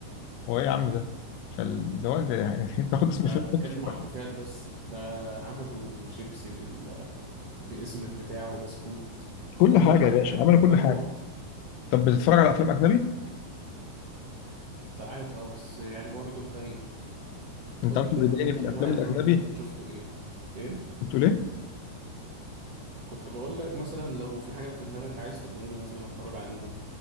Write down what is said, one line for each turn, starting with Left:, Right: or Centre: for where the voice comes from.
Left: هو ايه يا عم ده فاللي هو انت يعني <laughs> انت تاخد اسم
Right: انت
Left: الفيلم
Right: بتتكلم
Left: تحطه في الأفلام.
Right: عن الكافيهات بس ده عملوا شيبسي بال... باسم البتاع وبسكوت
Left: كل
Right: كل
Left: حاجه
Right: حاجة
Left: يا باشا
Right: يا عم
Left: عملوا
Right: وقنوات
Left: كل حاجه طب بتتفرج على افلام اجنبي
Right: ساعات اه بس يعني برضه قليل
Left: انت
Right: قول
Left: عارف
Right: لي كده
Left: اللي
Right: طب
Left: بيضايقني
Right: انت
Left: في
Right: اخر
Left: الافلام
Right: واحد
Left: الاجنبي
Right: مم- ممكن شفته ايه ايه
Left: بتقول ايه
Right: كنت بقول لك مثلا لو في حاجة في دماغك عايز تقولها لي مثلا اتفرج عليها